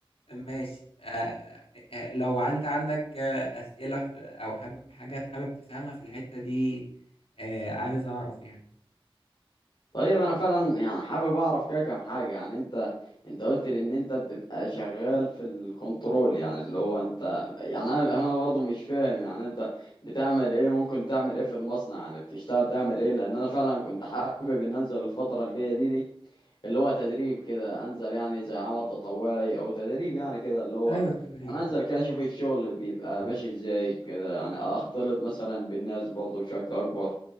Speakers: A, on the left; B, on the left.
A: ماشي آه، آه، لو انت عندك آه، أسئلة في- او حاب- حاجات حابب تفهمها في الحتة دي آه، عايز اعرف يعني
B: طيب انا فعلا يعني حابب اعرف كده كام حاجه يعني انت انت قلت لي ان انت بتبقى شغال في الكنترول يعني اللي هو انت يعني انا انا برضه مش فاهم يعني انت بتعمل ايه ممكن تعمل ايه في المصنع يعني بتشتغل تعمل ايه لان انا فعلا كنت حابب ان انزل الفتره الجايه دي دي اللي هو تدريب كده انزل يعني زي عمل تطوعي او تدريب يعني كده اللي هو
A: ايوه تدريب
B: يعني انزل
A: آه.
B: كده اشوف الشغل بيبقى ماشي ازاي كده يعني اختلط مثلا بالناس برضه بشكل اكبر